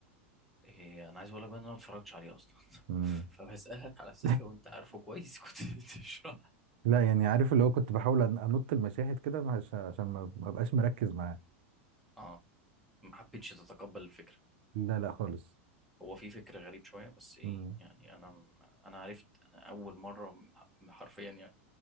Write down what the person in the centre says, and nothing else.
إيه أنا عايز أقول لك بقى إن أنا ما اتفرجتش عليه أصلا
<laughs> فبسألك على أساس
لو أنت عارفه كويس كنت <laughs> تشرح
أه ما حبيتش تتقبل الفكرة
هو في فكر غريب شوية بس إيه
يعني أنا م- أنا عرفت أنا أول مرة من- حرفيا يعني